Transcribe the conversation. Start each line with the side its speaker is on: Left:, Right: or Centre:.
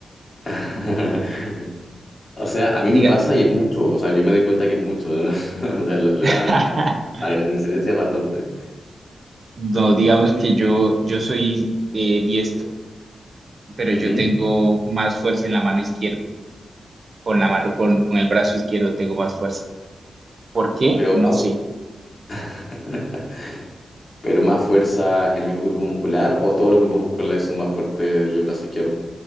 Left: <laughs> O sea, a mí
Right: Diga,
Left: me pasa y es mucho, o sea, yo me doy cuenta que es mucho, <laughs> O sea, la,
Right: <laughs>
Left: la, la diferencia es bastante.
Right: no, digamos que yo, yo soy eh, diestro. pero
Left: Ujú.
Right: yo tengo más fuerza en la mano izquierda, con la mano, con, con el brazo izquierdo tengo más fuerza. ¿Por qué?
Left: Pero,
Right: No sé.
Left: <laughs> pero más fuerza en algún grupo muscular o todos los grupos musculares son más fuertes del brazo izquierdo.